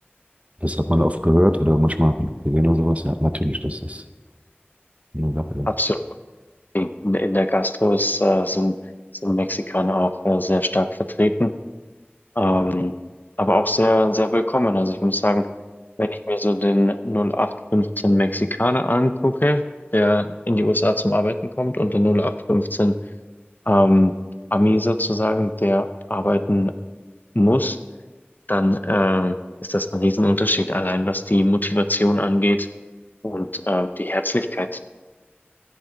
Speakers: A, on the right (about 35°); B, on the left (about 45°).
A: das hat man oft gehört oder manchmal gesehen oder sowas, ja, natürlich, das ist eine Sache. Ja.
B: absolut. In, in der Gastro ist, äh, sind, sind Mexikaner auch äh, sehr stark vertreten, ähm, aber auch sehr, sehr willkommen. Also ich muss sagen, wenn ich mir so den 0815 Mexikaner angucke, der in die USA zum Arbeiten kommt, und den 0815 ähm, Ami sozusagen, der arbeiten muss, dann ähm, ist das ein Riesenunterschied, allein was die Motivation angeht und äh, die Herzlichkeit.